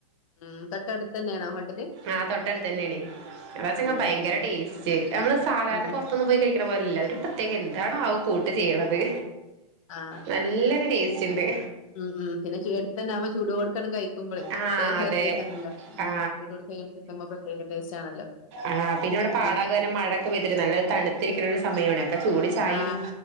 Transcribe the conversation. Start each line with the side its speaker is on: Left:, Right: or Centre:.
Left: ഉം തട്ടാടുത്തന്നെയണോ ഹോട്ടലി
Right: ആ തൊട്ട അടുത്ത് തന്നെയണ അാ വെങ്ാ ഭയങ്കര
Left: അത് ശരി
Right: ടേസ്റ്റ് നമ്മൾ സാധാരണ
Left: ഉം ഉം
Right: പുറത്തൊന്നും പോയി കഴിക്കണ പോലല്ല ഒരു ഒരു പ്രത്യേക എന്താണ് ആ് കൂട്ട് ചെയ്യണത്
Left: ആ
Right: നല്ലൊരു ടേസ്റ്റ് ഉണ്ട്
Left: ഉം ഉം പിന്നെ ചെടു തന്നെ ആുമ്പ ചൂട് കൊടുക്കണം കഴിക്കുമ്പോളേ
Right: ആ
Left: ഒട്ട ഹ
Right: അതെ
Left: രസാണ്ടല്ലോ
Right: ആ
Left: ഉം ചൂടു കൊടുക്ക കിട്ടുമ്പോ പ്രത്യേക ടേസ്റ്റ് ആണല്ലോ
Right: ആഹ് പിന്നെ ഇവിടെ പാകാരം
Left: ഉം
Right: മഴൊക്കെ പെയ്തിട്ടും നല്ല തണുത്തിരിക്ക ഒരു ആ ചൂട് ചായയും
Left: ആ